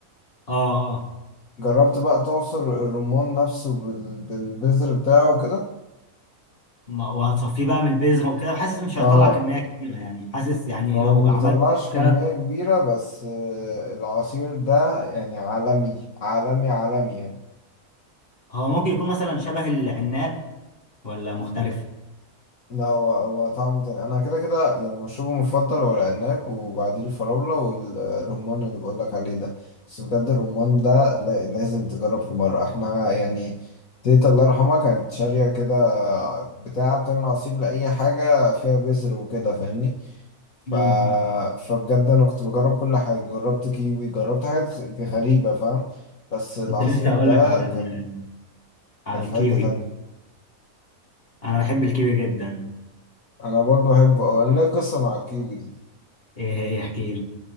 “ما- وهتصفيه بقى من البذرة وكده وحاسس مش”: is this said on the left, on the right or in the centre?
Left